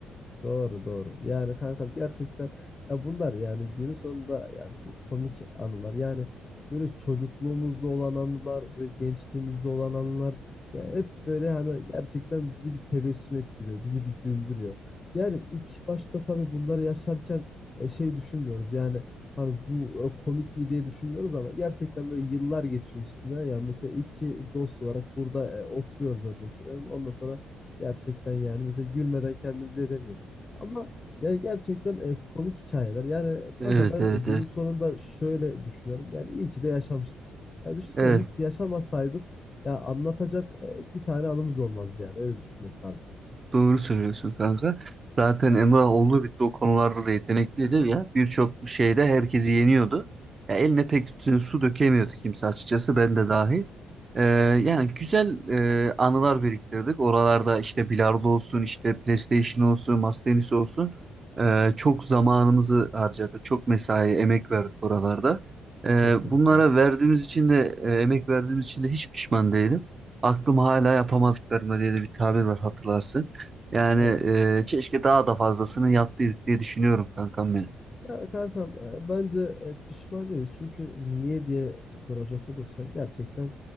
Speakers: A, on the left; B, on the right.
A: Doğru doğru. Yani kanka gerçekten ya bunlar yani günün sonunda yani çok komik anılar. Yani böyle çocukluğumuzda olan anılar, böyle gençliğimizde olan anılar ya hep böyle hani gerçekten bizi bir tebessüm ettiriyor, bizi bir güldürüyor. Yani ilk başta tabii bunları yaşarken e, şey düşünmüyoruz. Yani hani bu e, komik mi diye düşünmüyoruz ama gerçekten böyle yıllar geçiyor üstüne. Yani mesela iki dost olarak burada e, oturuyoruz örnek veriyorum. Ondan sonra gerçekten yani mesela gülmeden kendimize edemiyoruz. Ama yani gerçekten e, komik hikayeler. Yani
B: Evet
A: kanka ben
B: evet
A: e, günün
B: evet.
A: sonunda şöyle düşünüyorum. Yani iyi ki de yaşamışız. Yani düşünsene
B: Evet.
A: hiç yaşamasaydık ya anlatacak e, bir tane anımız olmazdı yani. Öyle düşünmek lazım.
B: Doğru söylüyorsun kanka. Zaten Emrah oldu bitti o konularda da yetenekliydi ya. Birçok şeyde herkesi yeniyordu. Ya eline pek su dökemiyordu kimse açıkçası ben de dahil. Ee, yani güzel e, anılar biriktirdik. Oralarda işte bilardo olsun, işte PlayStation olsun, masa tenisi olsun. Ee, çok zamanımızı harcadık. Çok mesai, emek verdik oralarda. Ee,
A: Kesinlikle.
B: bunlara verdiğimiz için de e, emek verdiğimiz için de hiç pişman değilim aklım hala yapamadıklarına diye de bir tabir var hatırlarsın. Yani
A: Evet.
B: e, keşke daha da fazlasını yaptıydık diye düşünüyorum kankam benim.
A: Ya kankam e, bence e, pişman değiliz. Çünkü niye diye soracak olursan gerçekten